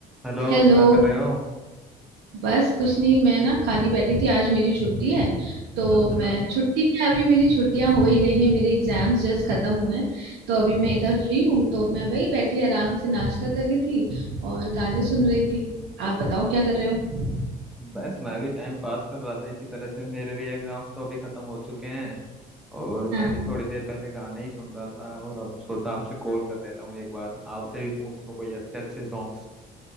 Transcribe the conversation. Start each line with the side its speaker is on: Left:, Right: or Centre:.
Centre: Hello
Right: Hello
Centre: क्या कर रहे हो
Right: बस कुछ नहीं मैं ना खाली बैठी थी आज मेरी छुट्टी है तो
Centre: अच्छा
Right: मैं छुट्टी क्या अभी मेरी छुट्टियां हो ही गई है मेरे एग्जाम्स जस्ट खत्म हुए हैं तो अभी मैं इधर फ्री हूँ तो मैं वही बैठी आराम से नाश्ता कर रही थी और गाने सुन रही थी आप बताओ क्या कर रहे हो
Centre: बस मैं भी टाइम पास कर रहा था इसी तरह से मेरे भी एग्जाम्स तो अभी खत्म हो चुके हैं और
Right: हाँ
Centre: मैं भी थोड़ी देर पहले गाने ही सुन रहा था और अब सोचा आपसे कॉल कर देता हूँ एक बार आपसे भी पूछ लूँ कोई अच्छे अच्छे सॉन्ग्स